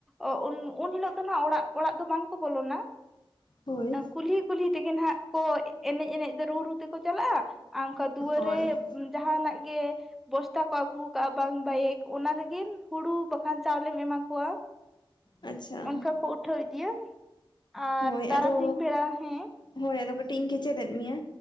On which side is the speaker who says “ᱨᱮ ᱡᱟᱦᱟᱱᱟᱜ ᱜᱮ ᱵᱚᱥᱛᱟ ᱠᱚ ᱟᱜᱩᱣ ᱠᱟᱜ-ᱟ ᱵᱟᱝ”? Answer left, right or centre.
Centre